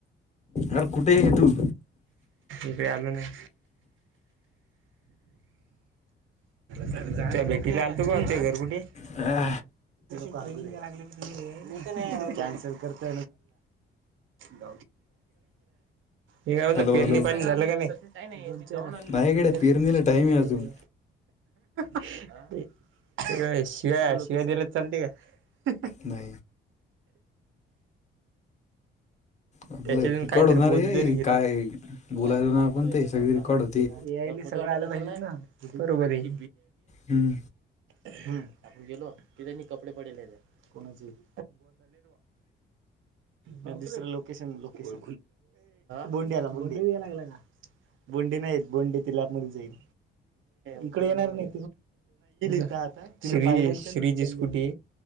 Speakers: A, on the left; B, on the right.
A: आरं कुठे हे तू.
B: इक आलू नाही <unintelligible> त्या भेटीला आलतो का ते घरगुटी. <unintelligible>
A: अ
B: <unintelligible> कॅन्सल करता. ग. <inaudible>
A: हॅलो
B: पेरणी
A: हॅलो
B: पाणी झालं का नाही <inaudible>
A: नाही
B: नर
A: गड्या पेरणीला
B: शेळ शिकूनले.
A: टाइम आहे अजून
B: च. <inaudible> शिव्या शिवा दिले चालते का.
A: नाही आपलं
B: त्याच्यातून
A: रेकॉर्ड
B: काहीतरी
A: होणार
B: बोध
A: आहे
B: जरी घेतलं.
A: काय बोलायलो
B: ज हो <unintelligible>
A: ना आपण ते सगळी रेकॉर्ड होते
B: सगळं आलं पाहिजे ना बरोबर आहे. <inaudible>
A: हम्म
B: हम आपण गेलो ति त्यांनी कपडे पडेले कोणाची <inaudible> दुसरं लोकेशन लोकेशन बोंडिला. <inaudible> ं <inaudible> लाग का बोंडी नाहीत बोंडी तिला आप जाईल. इकडे येणार नाही त आता. <unintelligible> कुटी